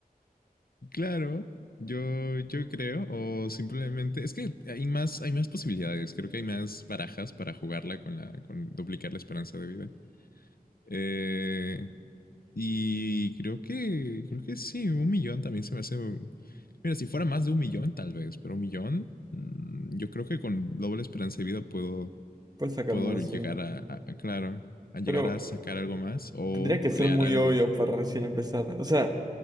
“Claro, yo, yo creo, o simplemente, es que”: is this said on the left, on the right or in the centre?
Left